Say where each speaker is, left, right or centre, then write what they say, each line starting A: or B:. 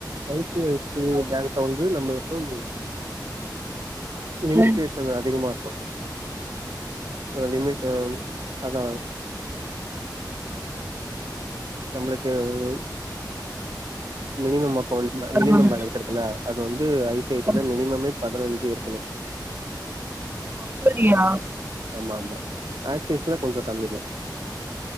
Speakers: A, on the right; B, on the right.
A: ஐ சி ஐ சி ஐ பேங்க வந்து நம்மளுக்கும் லிமிட்டேஷன்
B: ம்
A: அதிகமா இருக்கு லிமிட் ஆ அதா நம்மளுக்கு ஒரு மினிமம் அக்கௌண்ட்ல
B: பரவால்ல
A: மினிமம் பேலன்ஸ் இருக்குல்ல அது வந்து ஐ சி ஐ சி-ல
B: ஆமா
A: மினிமமே பதினஞ்சு இருக் <unintelligible>
B: அப்படியா
A: ஆமா ஆமா ஆக்ஸிஸ்ல கொஞ்சம் கம்மிதா